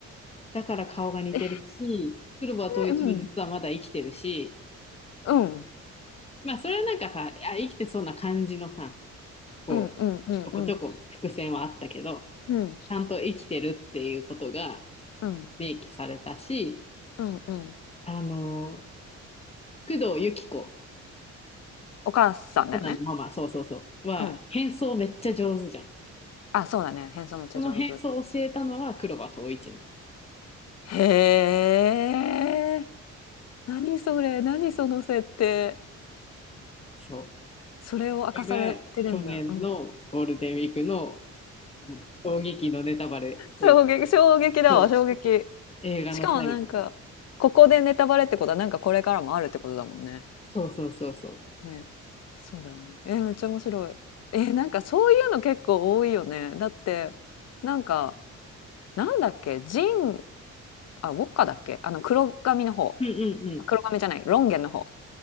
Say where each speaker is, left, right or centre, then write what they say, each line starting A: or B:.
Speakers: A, on the left; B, on the left.
A: だから顔が似てるし、
B: え
A: 黒羽統一は実はまだ生きてるし、
B: ー、うん、うん、
A: まあそれはなんかさ、あ、生きてそうな感じのさ、こう、
B: うん、うん、うん、
A: ちょこちょこ伏線はあったけど、
B: うん、うん、
A: ちゃんと生きてるっていうことが
B: うん、
A: 明記されたし、
B: うん、うん。
A: あのー、工藤由紀子、
B: お母さんだよね。
A: コナンのママ、そうそうそう、は変装めっちゃ上手じゃん。
B: うん。あ、そうだね。変装めっちゃ上手。
A: その変装を教えたのは黒羽統一なの。
B: へえ。何それ、何その設定。
A: そう。
B: それを明かされてるんだ。
A: これが去年のゴールデンウィークの
B: うん。
A: 衝撃のネタバレっていうか、
B: 衝撃、衝撃だわ、
A: そう、
B: 衝撃。
A: 映画の最後。
B: しかもなんか、ここでネタバレってことは、なんかこれからもあるってことだもんね。
A: そうそうそうそう。
B: ね、そうだよね。えめっちゃ面白い。えなんかそういうの結構多いよね。だって、なんか、なんだっけ、ジン、あ、ウォッカだっけあの、黒髪の方。
A: うんうんうん。
B: あ黒髪じゃない、ロンゲンの方。